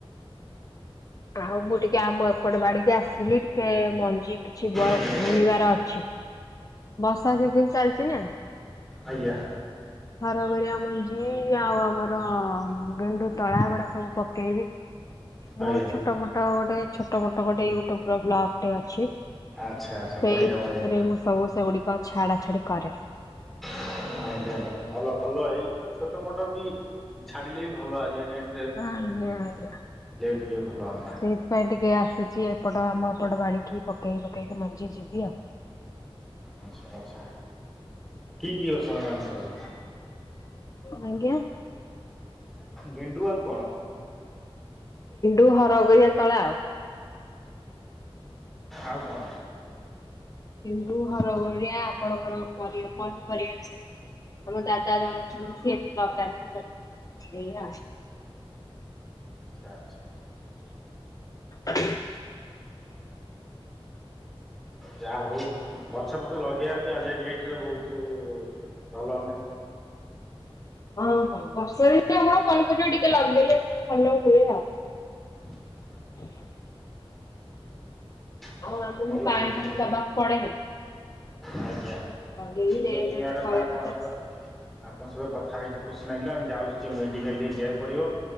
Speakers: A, on the left; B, in the centre.
A: ଆଉ ମୁଁ ଟିକେ ଆମ ଏପଟ ବାଡି଼କି ଆସିଲି ଟିକେ ମଞ୍ଜି କିଛି ବର
B: ଆଜ୍ଞା
A: ବୁଣିବାର ଅଛି। ବର୍ଷା ସିଜିନ୍ ଚାଲିଛି ନା।
B: ଆଜ୍ଞା
A: କରି <unintelligible> ଜି ଆଉ ଆମର ଗେଣ୍ଡୁ ତଳା ଗୁଡ଼ା ସବୁ ପକେଇବି। ମୁଁ
B: ଆଜ୍ଞା
A: ଛୋଟ ମୋଟ ଗୋଟେ ଛୋଟମୋଟ ଗୋଟେ ୟୁ। ବ୍ଲଗ୍ ଟେ ଅଛି
B: ଆଚ୍ଛା ଆଚ୍ଛା
A: ସେଇଥିରେ
B: ବଢ଼ିଆ ବଢ଼ିଆ
A: ମୁଁ। ସବୁ ସେଗୁଡିକ ଛାଡା ଛାଡି କରେ।
B: ଆଜ୍ଞା ଆଜ୍ଞା ଭଲ ଭଲ ହେଇଯଉ ଛୋ। ଚୋଟ ମୋଟ ବି ଛାଡିଲେ ବି ଭଲ ଆଯିବ ରେ।
A: ହଁ ଆଜ୍ଞା ଆଜ୍ଞା
B: ଟିକେ ଭଲ ହୁଅନ୍ତା
A: ସେଇଥିପାଇଁ ଟିକେ ଆସିଛି ଏପଟ ଆମ ଏପଟ ବାଡିକି ପକେଇ ପକେଇ ତ ମଞଜି ଯିବି ଆ
B: ଆଚଛା ଆଚ୍ଛା କି କି ଅଛ କାମୀ ସବୁ
A: ଆଜ୍ଞା
B: ଗେଣ୍ଡୁ ଆଉ କଣ
A: ୁ ହର କରିବାଆ ତଳା ଆଉ
B: ଆଉ କଣ
A: କିନ୍ତୁ ହର ଭଳିଆ ଆପଣଙ୍କର ପର ପନିପରିବା ସବୁ ଆମ ଦାଦା ଜଣ ଅଛନ୍ତି ସିଏ ବି ଲଗନ୍ତି ଏଇଆ
B: ଆଚଛା ଆଚ୍ଛା
A: <unintelligible>
B: ଯାହା ହଉ ଗଛ ପଛ ଲଗେଇବା ବି ଆଜି ଡେଟରେ ବହୁତ ଭଲନହି
A: ହଁ ହଁ ବର୍ଷରେ ଆମର କଲପଜ ଟିକେ ଲଗେଇଲେ ଟିକେ ଭଲ ହୁଏ ଆଉ
B: <unintelligible>
A: <unintelligible>
B: ହଉ
A: ଆଉ ଆମକୁ
B: ହଉ
A: ପାଣି
B: ଠିକ୍
A: ଫଣି ଦବାକୁ ପଡେ ନା
B: ଆଜ୍ଞା
A: ଲଗେଇକି
B: ଆଉ ଠିକ
A: ଦେଇଦେବି
B: ଅଛି ମ୍ୟାଡାମ
A: କଳ
B: ଆପଣ
A: ପଚାଶ
B: ସହିତ ଆପଣଙ୍କ ସହିତ କଥା ହେଇେ ଖୁସି ନିଲ ଯାଉ ମେଡିିକଲ ଜ୍ୟା୍ ପଢ଼ିବ